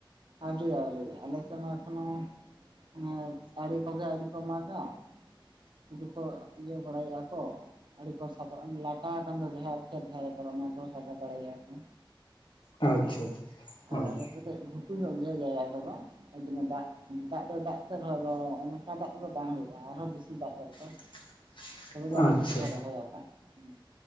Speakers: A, on the right; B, on the left.
A: ᱟᱣᱨᱤ ᱟᱣᱨᱤ ᱟᱞᱮ ᱥᱮᱱ ᱢᱟ ᱮᱠᱷᱚᱱᱚ ᱚᱱᱮ ᱟᱲᱮ ᱠᱚᱜᱮ ᱟᱹᱣᱨᱤ ᱠᱚ ᱢᱟᱜᱟ, ᱥᱩᱫᱩ ᱠᱚ ᱤᱭᱟᱹ ᱵᱟᱲᱟᱭᱮᱫᱼᱟ ᱠᱚ, ᱟᱲᱮ ᱠᱚ ᱥᱟᱯᱷᱟ ᱞᱟᱴᱟ ᱟᱠᱟᱱ ᱫᱚ ᱡᱟᱦᱟᱸ ᱠᱷᱮᱛ ᱫᱷᱟᱨᱮ ᱠᱚᱨᱮ ᱚᱱᱟ ᱠᱚ ᱥᱟᱯᱷᱟ ᱵᱟᱲᱟᱭᱮᱜᱼᱟ ᱠᱚ᱾
B: ᱟᱪᱪᱷᱟ ᱟᱪᱪᱷᱟ᱾
A: ᱟᱨ
B: ᱚ
A: ᱟᱞᱮ ᱥᱮᱫ ᱫᱚ ᱠᱟᱹᱡ ᱜᱩᱴᱩ ᱧᱚᱜ ᱜᱮᱭᱟ ᱡᱟᱭᱜᱟ ᱠᱚᱫᱚ, ᱡᱮᱱᱚ ᱫᱟᱜ ᱫᱟᱜ ᱫᱚ ᱫᱟᱜ ᱠᱮᱫ ᱨᱮᱦᱚᱸ ᱟᱫᱚ ᱚᱱᱠᱟ ᱫᱟᱜ ᱛᱮᱫᱚ ᱵᱟᱝ ᱦᱩᱭᱩᱜᱼᱟ ᱟᱨᱦᱚᱸ ᱵᱮᱥᱤ ᱫᱟᱜ ᱫᱚᱨᱠᱟᱨ᱾
B: <inaudible>
A: ᱛᱚᱵᱮ ᱫᱚ ᱟᱞᱮ
B: ᱟᱪᱪᱷᱟ
A: ᱥᱮᱫ ᱫᱚ ᱠᱚ ᱨᱚᱦᱚᱭ ᱟᱠᱟᱱ ᱦᱩᱸ᱾